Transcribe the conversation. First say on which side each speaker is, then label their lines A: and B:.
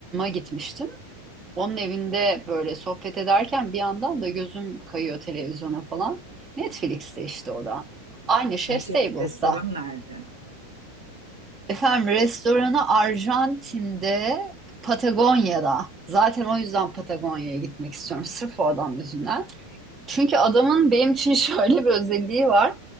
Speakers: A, on the right; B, on the right.
A: gitmiştim. Onun evinde böyle sohbet ederken bir yandan da gözüm kayıyor televizyona falan. Netflix'te işte o da. Aynı Chef's
B: Her şey
A: Table'sa.
B: restoran nerede?
A: Efendim restoranı Arjantin'de, Patagonya'da. Zaten o yüzden Patagonya'ya gitmek istiyorum. Sırf o adam yüzünden. Çünkü adamın benim için <laughs> şöyle bir özelliği var.